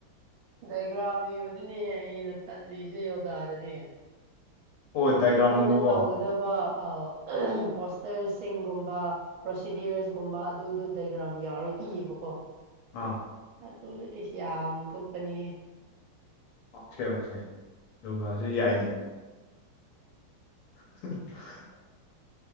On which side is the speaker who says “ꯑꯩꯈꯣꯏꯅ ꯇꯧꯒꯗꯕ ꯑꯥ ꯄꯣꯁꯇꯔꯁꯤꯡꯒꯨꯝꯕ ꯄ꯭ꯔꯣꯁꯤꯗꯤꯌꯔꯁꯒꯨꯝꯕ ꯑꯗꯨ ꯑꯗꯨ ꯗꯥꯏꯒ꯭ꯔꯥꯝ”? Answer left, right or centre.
Right